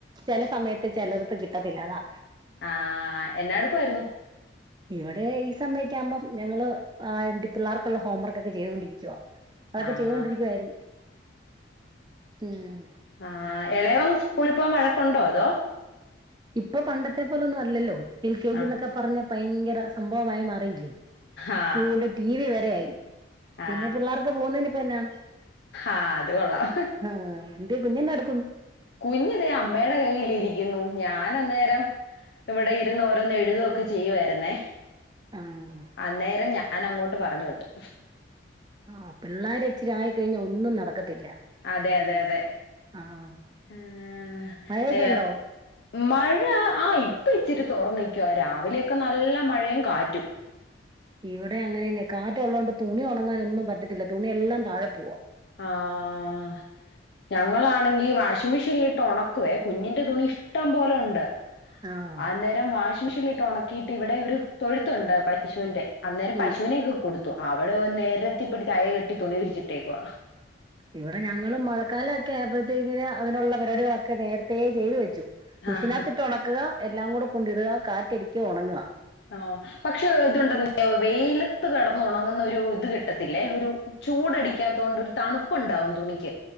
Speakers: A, on the right; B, on the left.
A: ചില സമയത്ത് ചിലർക്ക് കിട്ടത്തില്ല അതാ.
B: ആഹ് എന്നാ എടുക്കുവായിരുന്നു.
A: ഇവിടെ ഈ സമയം ഒക്കെ ആകുമ്പം ഞങ്ങള് ഏഹ് പിള്ളേർക്കുള്ള ഹോംവർക്ക് ഒക്കെ ചെയ്തോണ്ടിരിക്കുവാ. ചെയ്തൊണ്ടിരിക്കുവാ. അതൊക്കെ
B: ആഹാ
A: ചെയ്തോണ്ടിരിക്കുവായിരുന്നു ഉം.
B: ആഹ് ഇളയവള് സ്കൂളിപ്പോവാൻ വഴക്കുണ്ടോ അതോ.
A: ഇപ്പൊ പണ്ടത്തെ പോലൊന്നും അല്ലല്ലോ. എൽ കെ ജി
B: ആ
A: എന്നൊക്കെ പറഞ്ഞ ഭയങ്കര സംഭവമായി മാറിയില്ലേ.
B: ആ
A: സ്കൂളി ടി വി വരെ ആയി.
B: ആ
A: പിന്നെ പിള്ളേർക്ക്‌ പോകുന്നേനിപ്പം എന്നാ
B: ആ അത് കൊള്ളാം
A: ആഹ് എന്തേ കുഞ് എന്നാ എടുക്കുന്നു.
B: കുഞ്ഞ് തേ അമ്മയുടെ കയ്യിലിരിക്കുന്നു ഞാൻ അന്നേരം. ഇവിടെ ഇരുന്ന് ഓരോന്ന് എഴുതൊക്കെ ചെയ്യുവായിരുന്നേ.
A: ആഹ്
B: അന്നേരം ഞാൻ അങ്ങോട്ട് പറഞ്ഞു വിട്ടു
A: ആഹ് പിള്ളേര് ഇച്ചിരി ആയി കഴിഞ്ഞാ ഒന്നും നടക്കത്തില്ല.
B: അതെ അതെ അതെ
A: ആഹ്
B: ആഹ്
A: മഴയൊക്കെ
B: അയ്യോ.
A: ഉണ്ടോ
B: മഴ ആഹ് ഇപ്പ ഇച്ചിരി തുറന്നിക്ക രാവിലെയൊക്കെ നല്ല മഴയും കാറ്റും.
A: ഇവിടെ അങ്ങനെന്നെ കാറ്റ് ഉള്ളതോണ്ട് തുണി ഉണങ്ങാനൊന്നും പറ്റത്തില്ല തുണിയെല്ലാം താഴെ പോവാ
B: ആഹ് ഞങ്ങളാണെങ്കി വാഷിംഗ് മെഷീനിലിട്ട് ഒണക്കുവേ കുഞ്ഞിന്റെ തുണി. ഇഷ്ടം പോലുണ്ട്
A: ആഹ്
B: അന്നേരം വാഷിംഗ് മെഷീനില് ഇട്ട് ഒണക്കിയിട്ട് ഇവിടെ ഒരു തൊഴുത്തുണ്ട് പ ശൂന്റെ അന്നേരം
A: ഉം
B: പശുവിനെക്കെ കൊടുത്തു. അവിടെ നേരത്തിപ്പിടിച്ച് അയ കെട്ടി തുണി വിരിച്ചിട്ടേക്കുവാ
A: ഇവിടെ ഞങ്ങള് മഴക്കാലൊക്കെ ആയപ്പോഴത്തേക്കിന് അതിനുള്ള പരിപാടികളൊക്കെ നേരത്തേ ചെയ്തു വെച്ചു. മിഷീനകത്തിട്ട്
B: ആഹാ
A: ഉണക്കുക. എല്ലാം കൂടെ കൊണ്ടിടുക. കാറ്റടിക്കുക ഉണങ്ങുക.
B: ആഹ് പക്ഷെ ഇതുണ്ടല്ലോ വെയിലത്ത് കിടന്ന് ഉണങ്ങുന്ന ഒരു ഇത് കിട്ടത്തില്ലേ ഒരു ചൂടടിക്കാത്ത കൊണ്ട് ഒരു തണുപ്പുണ്ടാവും തുണിക്ക്.